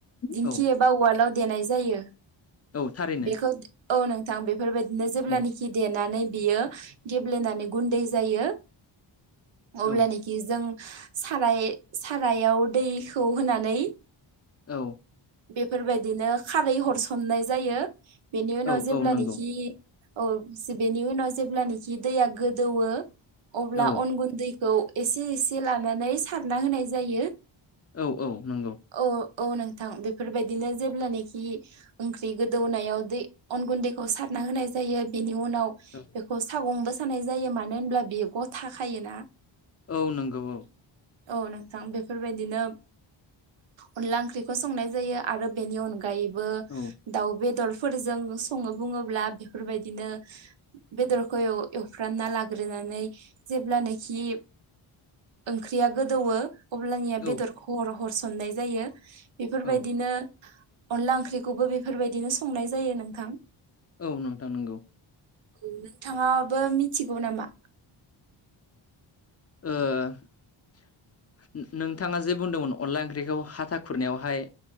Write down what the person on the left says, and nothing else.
औ
औ थारैनो
औ
औ
औ
औ
औ नंगौ
औ
औ औ नंगौ।
औ
औ नंगौ औ।
औ
औ
औ
औ नोंथां नंगौ।
ओ-नोंथाङा जे बुंदोंमोन अनला ओंख्रिखौ हाथा खुरनायावहाय।